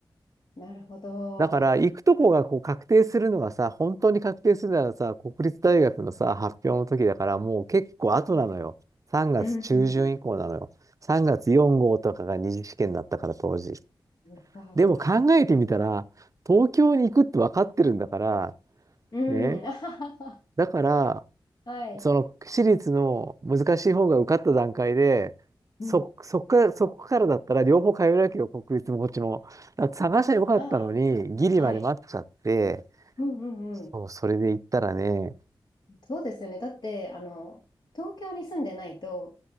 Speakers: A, on the left; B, on the right.
A: なるほど。
B: だから行くとこがこう確定するのがさ、本当に確定するならさ、国立大学のさ、発表の時だからもう結構後なのよ。
A: うん
B: 3月中旬以降なのよ。
A: うんうん。
B: 3月4号とかが二次試験だったから当時。
A: そうか、
B: でも考えてみたら、
A: はい。
B: 東京に行くって分かってるんだから、
A: うん。
B: ね。
A: <laughs> あははは
B: だから、
A: はい。
B: その私立の難しい方が受かった段階で、
A: うん。
B: そ、そこから、そこからだったら両方通えるわけよ、国立もこっちも。だから探しゃよかったのに、
A: ああ、
B: ギリまで待っちゃって、
A: はい。うんうんうん。
B: そう、それで行ったらね、
A: そうですよね。だって、あの、東京に住んでないと、